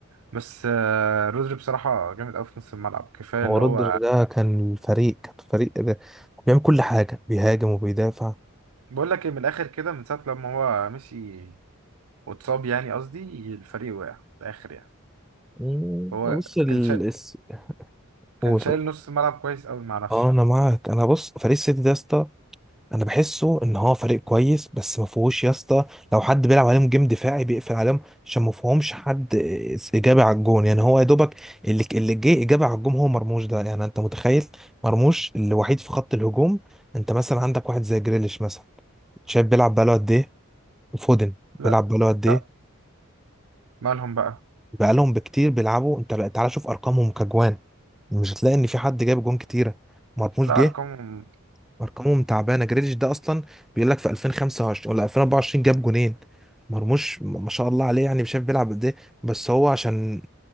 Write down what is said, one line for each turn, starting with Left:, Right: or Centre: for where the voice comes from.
Right: بس آه، رودري بصراحه جامد قوي في نص الملعب كفايه
Centre: هو
Right: اللي
Centre: رودر
Right: هو
Centre: ده كان الفريق كان الفريق ده بيعمل كل حاجة بيهاجم وبيدافع
Right: بقول لك ايه من الاخر كده من ساعه لما هو مشي واتصاب يعني قصدي الفريق وقع في الاخر يعني
Centre: مم،
Right: هو
Centre: بص ال
Right: كان شا...
Centre: الس- قول
Right: كان شايل
Centre: قول.
Right: نص الملعب كويس قوي مع نفسه
Centre: اه انا معاك انا بص فريق السيتي ده يا اسطى انا بحسه ان هو فريق كويس بس ما فيهوش يا اسطى لو حد بيلعب عليهم جيم دفاعي بيقفل عليهم عشان ما فيهمش حد اجابه على الجون يعني هو يا دوبك اللي اللي جه اجابه على الجون هو مرموش ده يعني انت متخيل مرموش الوحيد في خط الهجوم انت مثلا عندك واحد زي جريليش مثلا شايف بيلعب بقاله قد ايه وفودن
Right: لا
Centre: بيلعب بقاله قد ايه
Right: لا مالهم بقى
Centre: بقالهم بكتير بيلعبوا انت لا- تعالى شوف ارقامهم كجوان مش هتلاقي ان في حد جايب جون كتيره مرموش
Right: لا
Centre: جه
Right: ارقامهم
Centre: ارقامهم تعبانه جريليش ده اصلا بيقول لك في 2025 ولا 2024 جاب جونين مرموش م- ما شاء الله عليه يعني مش عارف بيلعب قد ايه بس هو عشان